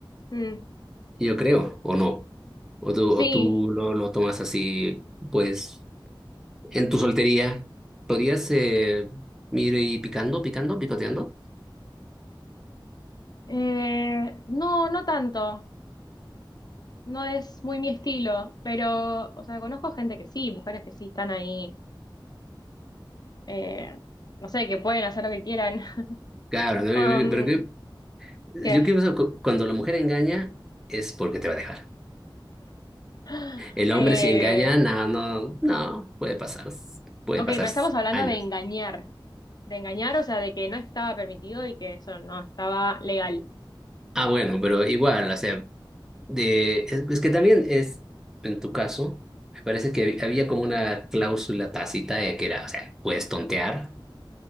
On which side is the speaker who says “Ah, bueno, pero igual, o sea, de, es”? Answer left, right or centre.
Centre